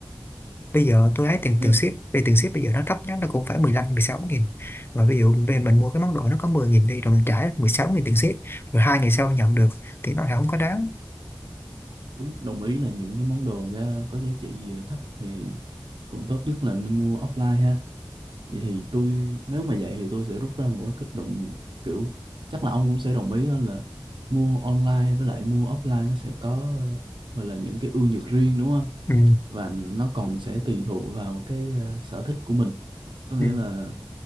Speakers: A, on the left (about 30°); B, on the right (about 80°).
A: bây giờ tôi thấy tiền
B: nếu
A: tiền ship về tiền ship bây giờ nó thấp nhất nó cũng phải mười lăm mười sáu nghìn và ví dụ về mình mua cái món đồ nó có 10 nghìn đi rồi mình trả 16 nghìn tiền ship rồi hai ngày sau nhận được thì nó lại không có đáng
B: đúng đồng ý là những cái món đồ giá có giá trị ờ, thấp thì cũng tốt nhất là nên mua offline ha vậy thì tôi nếu mà vậy thì tôi sẽ rút ra một cái kết luận kiểu chắc là ông cũng sẽ đồng ý đó là mua online với lại mua offline nó sẽ có ờ, gọi là những cái ưu nhược riêng đúng không
A: ừ.
B: và nó còn sẽ tùy thuộc vào cái ờ, sở thích của mình có nghĩa
A: Ừ.
B: là